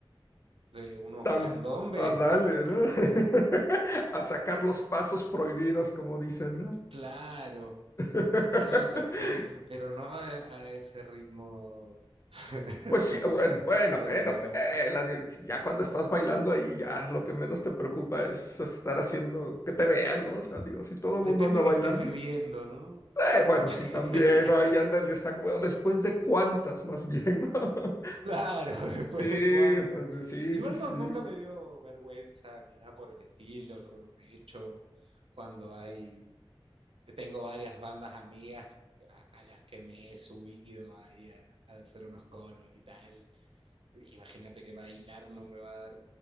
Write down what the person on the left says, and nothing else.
tan
a darle,
¿no? <laughs> A sacar los pasos prohibidos, como dicen, ¿no?
<laughs>
Pues
sí, bueno, bueno,
bueno, eh, la de- ya cuando estás bailando ahí, ya lo que menos te preocupa es estar haciendo que te vean, ¿no? O sea, digo, si todo el
mundo anda bailando,
Eh, bueno,
sí, también, ¿no? Ahí ándale, exacto. Bueno, después de cuántas, más bien, ¿no? <laughs>
Sí,
sí, sí,
sí. sí.